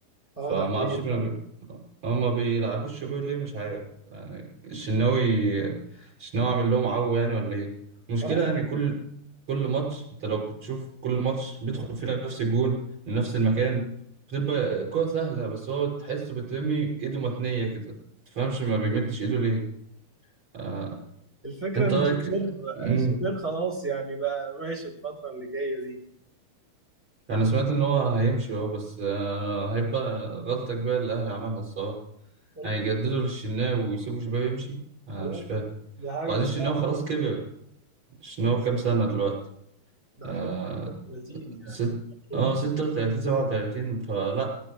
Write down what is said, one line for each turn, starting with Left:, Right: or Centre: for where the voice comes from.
Centre: اه
Right: فما
Centre: ده حقيقي
Right: اعرفش بي...
Centre: فعلا
Right: ما بيلعبوش شوبير ليه مش عارف يعني الشناوي الشناوي عامل لهم عو يعني ولا ايه المشكله
Centre: خلاص
Right: يعني كل كل ماتش انت لو بتشوف كل ماتش بيدخل في نفس الجون من نفس المكان بتبقى كرة سهلة بس هو تحسه بترمي ايده متنية كده متفهمش ما بيمدش ايده ليه آه.
Centre: الفكرة
Right: انت
Centre: ان
Right: رايك
Centre: شوبير
Right: مم.
Centre: شوبير خلاص يعني بقى ماشي الفترة اللي جاية دي
Right: انا سمعت ان هو هيمشي هو بس آه، هيبقى غلطة كبيرة اللي الاهلي عملها الصراحة
Centre: وال-
Right: هيجددوا للشناوي ويسيبوا شباب يمشي انا
Centre: والله
Right: مش فاهم
Centre: ده حاجة
Right: وبعدين
Centre: تزعل
Right: الشناوي خلاص كبر الشناوي كام سنة دلوقتي
Centre: ده
Right: آه
Centre: هتلاقيه 30 يعني
Right: ست
Centre: المفروض
Right: اه ستة وتلاتين سبعة وتلاتين فلا